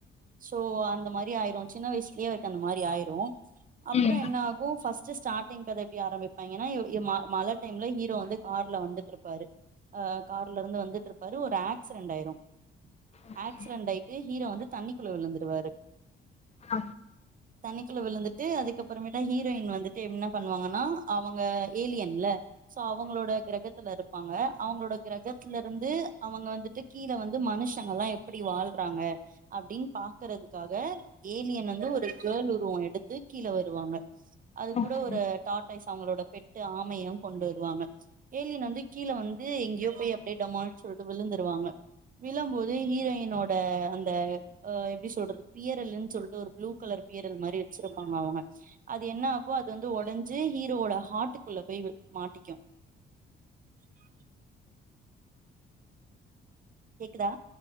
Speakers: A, on the right (about 45°); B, on the left (about 35°).
A: சோ அந்த மாரி ஆயிரு சின்ன வயசிலியே அவருக்கு அந்த மாரி ஆயிரு அப்புறோ
B: ம்
A: என்ன ஆகு ஃபஸ்ட் ஸ்டார்ட்டிங் கத எப்டி ஆரம்பிப்பாயிங்கனா எ ம மழ டைம்ல ஹீரோ வந்து கார்ல வந்து ட்ருப்பாரு ஆ கார்ல இருந்து வந்துட்டு இருப்பாரு ஒரு ஆக்சிரென்ட் ஆயிரும்
B: ஓகே
A: ஆக்சிரென்ட் ஆயிட்டு ஹீரோ வந்து தண்ணிக்குள்ள விழுந்துருவாரு
B: ஆ
A: தண்ணிக்குள்ள விழுந்துட்டு அதுக்கப்புறமேட்டா ஹீரோயின் வந்துட்டு என்ன பண்ணுவாங்கனா அவங்க ஏலியன் இல்ல சோ அவங்களோட கிரக த்ல இருப்பாங்க அவங்களோட கிரகத்துல இருந்து அவங்க வந்துட்டு கீழ வந்து மனுஷங்க எல்லா எப்பிடி வாழ்றாங்க அப்டின் பாக்குறதுக்காக ஏலியன் வந்து ஒ கேள் உருவோ எடுத்து கீழ வருவாங்க அது
B: ஓகே
A: கூட ஒரு டாட்டாய்ஸ் அவங்களோட பெட்டு ஆமை யு கொண்டு வருவாங்க ஏலியன் வந்து கீழ வந்து எங்கேயோ போய் அப்டியே டாமல்னு சொல்ட்டு விழுந்துருவாங்க விழம் போது ஹீரோயின்னோட அந்த ஆ எப்பிடி சொல்லறது பியாரெல்லான்னு சொல்ட்டு புளு கலர் பியரல் மாரி வச்சிருப்பாங்க அவங்க அது என்னாகு அது வந்து ஒடஞ்சி ஹீரோவோட ஹார்ட்குள்ள போய்மாட்டிக்கு <inaudible> கேக்குதா